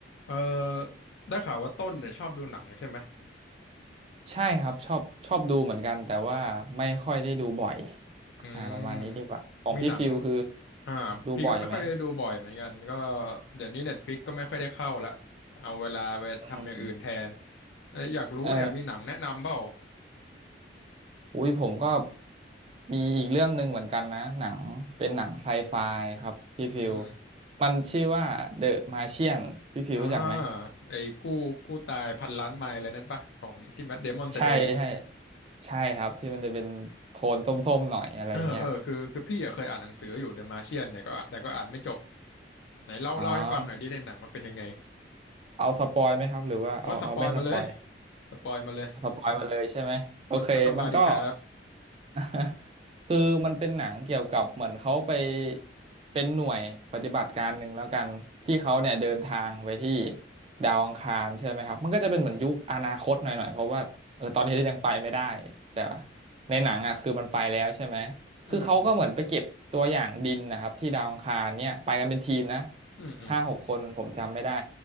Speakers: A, on the left; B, on the right.
A: เออได้ข่าวว่าต้นเนี่ยชอบดูหนังใช่ไหม
B: ใช่ครับชอบชอบดูเหมือนกันแต่ว่าไม่ค่อยได้ดูบ่อย
A: อืมมีหนัง
B: อ่าประมาณนี้ดีกว่าของพี่ฟิลคือ
A: อ่าพี่ก็ไม่ค่อยได้ดูบ่อยเหมือนกันก็
B: ดูบ่อยไหม
A: เดี๋ยวนี้เน็ตฟิกก็ไม่ค่อยได้เข้าละเอาเวลาไปทำอย่างอื่นแทน
B: อืม
A: เอ้ยอยากรู้เนี่ยมีหนังแนะนำเปล่า
B: เอออุ้ยผมก็มีอีกเรื่องหนึ่งเหมือนกันนะหนังเป็นหนังไซไฟครับพี่ฟิว
A: อืม
B: มันชื่อว่า The Martian พี่ฟิวรู้จักไหม
A: อ่าไอ้กู้กู้ตายพันล้านไมล์อะไรนั่นปะของที่แมทเดมอนแสดง
B: ใช่ใช่ใช่ครับที่มันจะเป็นโทนส้มๆหน่อยอะไรอย่างเงี้ย
A: เออเออคือคือพี่อะเคยอ่านหนังสืออยู่เดอะมาเชียนเนี่ยก็แต่ก็อ่านไม่จบไหนเล่าเล่าให้ฟังหน่อยดิในหนังมันเป็นยังไง
B: อ๋อเอาสปอยไหมครับหรือว่าเอาเอาไม่สปอย
A: โอ้สปอยมาเลยสปอยมาเลย
B: สปอยมาเลยใช่ไหมโอเคมันก็
A: มันมันก็มาดิครับ
B: <laughs> คือมันเป็นหนังเกี่ยวกับเหมือนเขาไปเป็นหน่วยปฏิบัติการหนึ่งแล้วกันที่เขาเนี่ยเดินทางไปที่ดาวอังคารใช่ไหมครับมันก็จะเป็นเหมือนยุคอนาคตหน่อยๆเพราะว่าเออตอนนี้ยังไปไม่ได้
A: อืม
B: แต่ว่าในหนังอ่ะคือมันไปแล้วใช่ไหม
A: อืมอืม
B: คือเขาก็เหมือนไปเก็บตัวอย่างดินนะครับที่ดาวอังคารเนี่ยไปกันเป็นทีมนะ
A: อืมอืม
B: ห้าหกคนผมจำไม่ได้